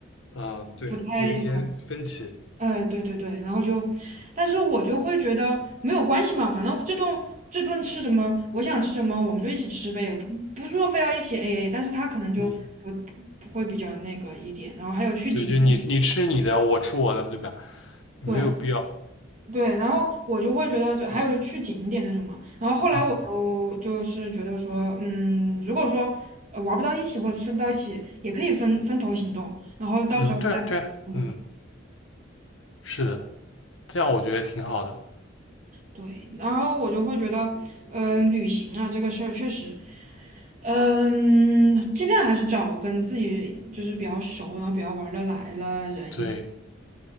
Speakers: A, on the left (about 75°); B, on the right (about 40°).
A: 啊、对，
B: 不太，
A: 有一些分歧，
B: 呃，对对对，然后就，但是我就会觉得没有关系嘛，反正这顿这顿吃什么，我想吃什么我们就一起吃呗，不不是说非要一起 AA，但是他可能就不不会比较那个一点，
A: 嗯，
B: 然后还有去景，
A: 对，就你你吃你的，我吃我的，对吧？也没有必要，
B: 对，对，然后我就会觉得就，还有就去景点那种嘛。然后后来我就就是觉得说，
A: 嗯
B: 嗯，如果说呃玩不到一起或者吃不到一起，也可以分分头行动，然后到时候再
A: 嗯，对啊对啊，
B: 就可以
A: 嗯，是的，这样我觉得挺好的，
B: 对。然后我就会觉得，嗯、旅行啊这个事儿确实，嗯、尽量还是找跟自己就是比较熟，然后比较玩得来的人一起。
A: 对，